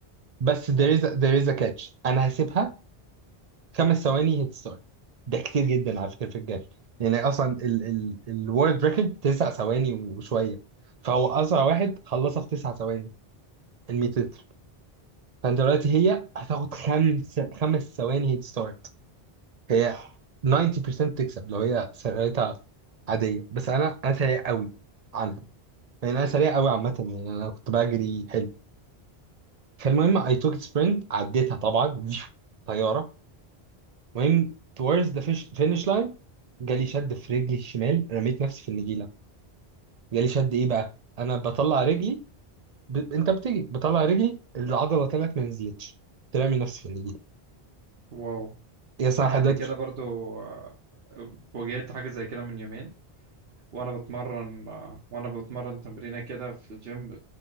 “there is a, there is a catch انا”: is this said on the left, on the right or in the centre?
Right